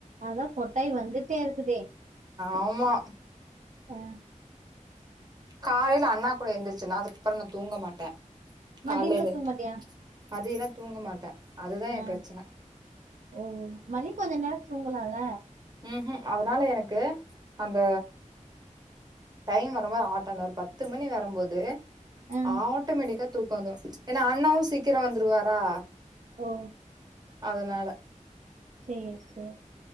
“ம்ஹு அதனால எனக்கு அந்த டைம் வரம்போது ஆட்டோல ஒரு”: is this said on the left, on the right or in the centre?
Right